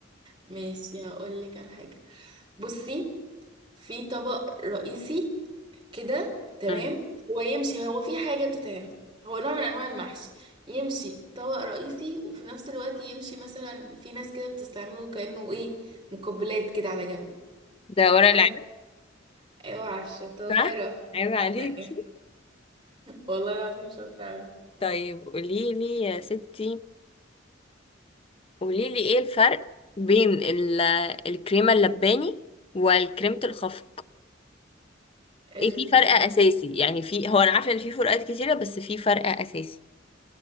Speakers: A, on the right; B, on the left.
A: ماشي هقولك على حاجة بصي في طبق رئيسي كده تمام
B: مم.
A: هو يمشي هو في حاجة بتتعمل هو نوع من أنواع المحشي يمشي طبق رئيسي وفي نفس الوقت يمشي مثلا في ناس كده بتستعمله كأنه إيه مقبلات كده على جنب
B: ده ورق العنب
A: أنا أوعى الشطارة
B: صح عيب عليكي
A: <laughs> والله العظيم شاطرة أوي
B: طيب قولي لي يا ستي قولي لي ايه الفرق بين ال- الكريمه اللباني والكريمه الخفق
A: ال...
B: إيه في فرق اساسي يعني في هو انا عارفه ان في فروقات كتيره بس في فرق اساسي